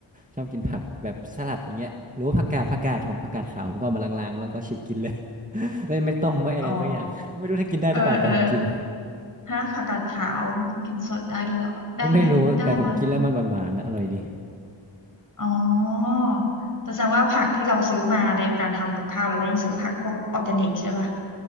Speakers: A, on the right; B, on the left.
A: ชอบกินผักแบบสลัดอย่างเงี้ยหรือว่าผักกาดผักกาดผมผักกาดขาวผมก็เอามาล้างๆแล้วก็ฉีกกินเลย <laughs> ไม่ไม่ต้มไม่อะไรสักอย่าง
B: อ๋อ
A: <laughs> ไม่รู้ถ้ากินได้หรือเปล่าแต่ผมกิน
B: เออเออฮะผักกาดขาวกินสดได้ด้วยเหรอได้ไหมได้มั้ง
A: ไม่รู้แต่ผมกินแล้วมันหวานๆนะอร่อยดี
B: อ๋อแต่แสดงว่าผักที่เราซื้อมาในการทำกับข้าวเราก็ต้องซื้อผักพวกออร์แกนิกใช่ป่ะ